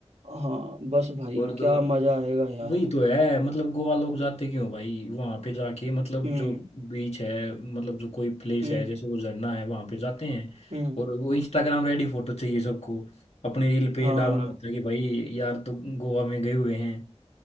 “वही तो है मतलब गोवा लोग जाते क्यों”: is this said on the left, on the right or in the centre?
Left